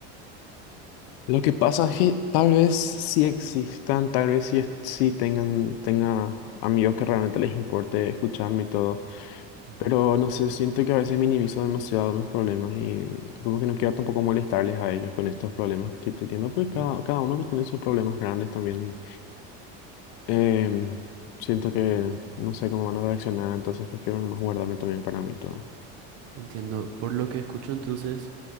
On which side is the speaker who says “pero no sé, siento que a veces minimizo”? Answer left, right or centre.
Left